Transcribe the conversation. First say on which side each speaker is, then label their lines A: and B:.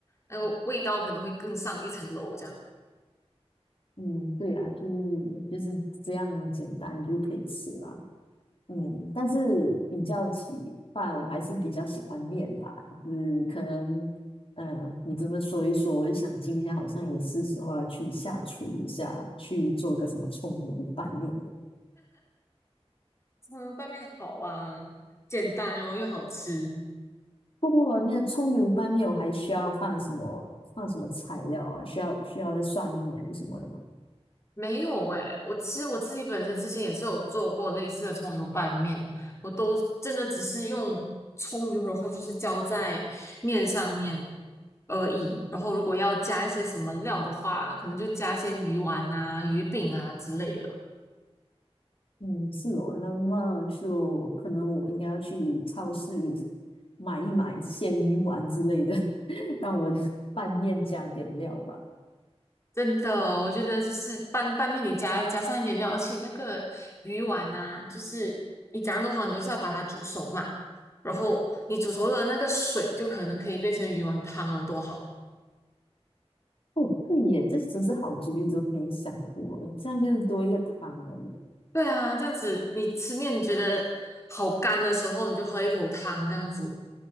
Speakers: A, on the left; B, on the left.
A: 那个味道可能会更上一层楼这样。
B: 嗯，对啊，就是就是这样简单就可以吃啦。嗯，但是比较起饭，我还是比较喜欢面吧。就是可能，呃，你这么说一说，我就想今天好像也是时候要去下厨一下，去做个什么葱油拌面的。
A: 这个拌面好啊，简单然后又好吃。
B: 不过那个葱油拌面，我还需要放什么放什么材料啊？需要需要蒜泥啊什么的吗？
A: 没有诶、我其实我自己本身之前也是有做过类似的葱油拌面，我都真的只是用葱油，然后就是浇在面上面而已。然后如果要加一些什么料的话，可能就加一些鱼丸啊、鱼饼啊之类的。
B: 嗯，是哦，那那就可能我应该要去超市买一买鲜鱼丸之类的，<laughs> 让我的拌面加点料吧。
A: 真的，我觉得就是拌拌面，你加加上一点料，而且那个鱼丸呐、就是你怎样都好，你都是要把它煮熟嘛。然后你煮熟的那个水，就可能可以变成鱼丸汤了，多好！
B: 哦，对耶，这真是好主意，我都没想过，这样就是多一个汤了耶。
A: 对啊，这样子你吃面你觉得好干的时候，你就喝一口汤这样子。